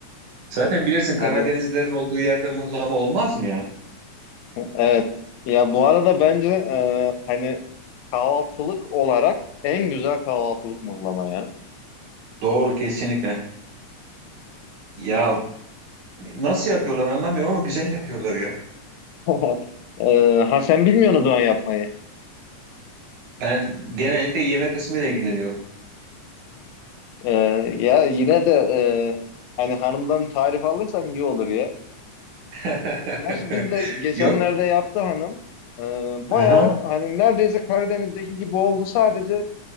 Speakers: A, on the right; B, on the left.
A: Zaten bilirsin Karadenizlerin
B: Hadi.
A: olduğu yerde muhlama olmaz mı yani?
B: Evet. Ya bu arada bence eee, hani kahvaltılık olarak en güzel kahvaltılık mıhlama ya.
A: Doğru kesinlikle. Ya nasıl yapıyorlar anlamıyorum ama güzel yapıyorlar ya.
B: <laughs> Eee, ha sen bilmiyorsun o zaman yapmayı.
A: Ben genellikle yeme kısmıyla ilgileniyorum.
B: Eee, ya yine de eee, hani hanımdan tarif alırsan iyi olur
A: <laughs>
B: Gerçi biz de geçenlerde
A: Yok.
B: yaptı hanım. Ee, bayağı
A: Aha,
B: hani neredeyse Karadeniz'deki gibi oldu. Sadece